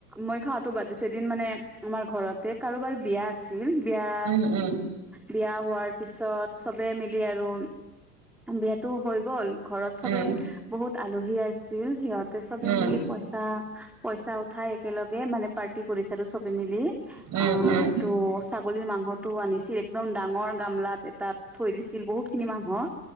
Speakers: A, in the centre; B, on the right.
A: মই খোৱাতো বাদ দিছো এদিন মানে আমাৰ ঘৰতে কাৰো বাৰ বিয়া আছিল বিয়া
B: উম, উম,
A: বিয়া হোৱাৰ পিছত চবে মিলি আৰু বিয়াতো হৈ গ'ল। ঘৰত চবে
B: উম,
A: বহুত আলহী আছিল সিহঁতে সবে
B: উম,
A: মিলি পইচা- পইচা উঠাই একেলগে মানে পাৰ্টি কৰিছে আৰু চবে মিলি,
B: উম,
A: অ
B: উম,
A: এইটো ছাগলীৰ মাংসতো আ নিছিল একদম ডাঙৰ গামলাত এটাত থৈ দিছিল বহুতখিনি মানুহক